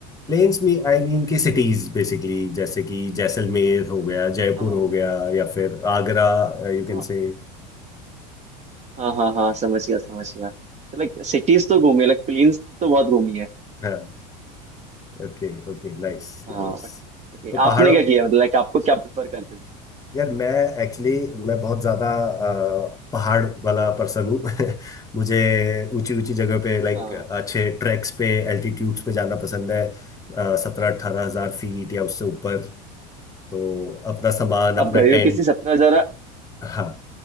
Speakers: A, on the left; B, on the right.
A: Planes में आई मीन की सिटीज बेसिकली जैसे कि जैसलमेर हो गया जयपुर
B: हाँ
A: हो गया या फिर आगरा
B: हाँ
A: यू कैन से
B: हाँ हाँ हाँ, समझ गया समझ गया तो लाइक सिटीज तो घूमी लाइक प्लेन्स तो बहुत घूमी है
A: हाँ Okay okay Nice
B: हाँ
A: nice
B: okay.
A: तो
B: आपने
A: पहाड़ों
B: क्या किया मतलब लाइक आपको क्या प्रेफर करते हो
A: यार मैं एक्चुअली मैं बहुत ज़्यादा अ, पहाड़ वाला पर्सन हूँ <laughs> मुझे ऊंची ऊंची जगह पे लाइक
B: हाँ
A: अच्छे ट्रैक्स पे एल्टीट्यूड्स पे जाना पसंद है uh, सत्रह अठारह हज़ार फीट या उससे ऊपर तो अपना सामान अपना
B: आप गए
A: टेंट
B: हो किसी सत्रह हजार
A: हाँ